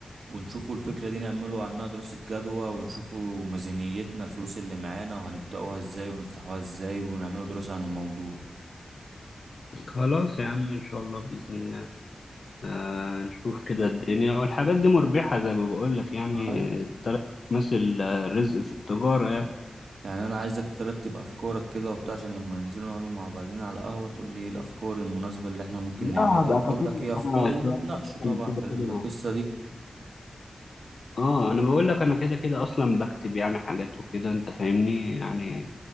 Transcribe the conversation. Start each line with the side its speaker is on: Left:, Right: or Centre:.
Right: ونشوفوا الفكرة دي نعملوا عنها دراسة جدوى ونشوفوا ميزانيتنا الفلوس اللي معانا وهنبدأوها ازاي ونفتحوها ازاي ونعملوا دراسة عن الموضوع
Left: خلاص يا عم ان شاء الله بإذن الله آه نشوف كده الدنيا والحاجات دي مربحة زي ما بقول لك يعني
Right: معايا
Left: التلات مثل آه، رزق في التجارة يعني
Right: يعني انا عايزك ترتب افكارك كده وبتاع عشان لما ننزلوا نقعدوا مع بعضينا على القهوة تقول لي ايه الافكار المناسبة اللي احنا ممكن
Left: لا
Right: نعملها
Left: هبقى
Right: وانا اقول
Left: كاتب
Right: لك
Left: لك
Right: ايه افكاري
Left: انا
Right: ونتناقشوا
Left: شوية حاجات
Right: طبعا
Left: انا كده
Right: في القصة
Left: كده
Right: دي
Left: اه انا بقول لك انا كده كده اصلا بكتب يعني حاجات وكده انت فاهمني يعني